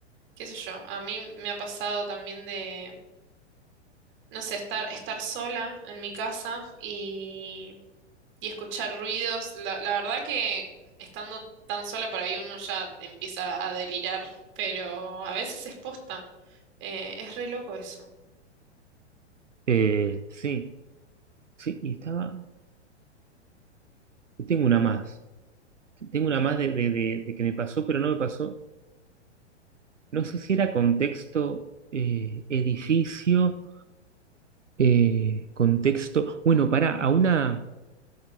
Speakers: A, on the right; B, on the right.
A: qué sé yo, a mí me ha pasado también de, no sé, estar, estar sola en mi casa y, y escuchar ruidos. La, la verdad que estando tan sola por ahí uno ya empieza a delirar, pero a veces es posta. Eh, es re loco eso.
B: eh, sí, sí, y estaba, tengo una más, tengo una más de, de- de- de que me pasó, pero no me pasó No sé si era contexto eh, edificio, eh, contexto. Bueno, pará, a una,